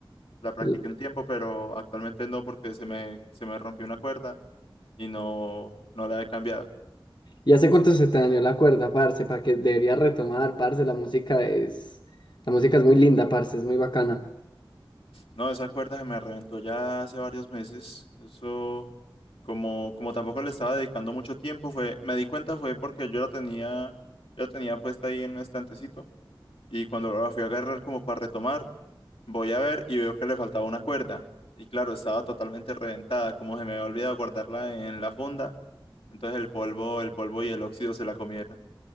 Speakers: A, on the left (about 85°); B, on the left (about 55°).
A: La practiqué
B: L-
A: un tiempo, pero actualmente no porque se me, se me rompió una cuerda y no, no la he cambiado.
B: ¿Y hace cuánto se te dañó la cuerda, parce? Para que deberías retomar, parce, la música es... La música es muy linda, parce, es muy bacana.
A: No, esa cuerda se me reventó ya hace varios meses. Eso, como, como tampoco le estaba dedicando mucho tiempo, fue, me di cuenta fue porque yo la tenía, yo la tenía puesta ahí en un estantecito. Y cuando la fui a agarrar como para retomar, voy a ver y veo que le faltaba una cuerda. Y claro, estaba totalmente reventada, como se me había olvidado guardarla en la funda. Entonces el polvo, el polvo y el óxido se la comieron.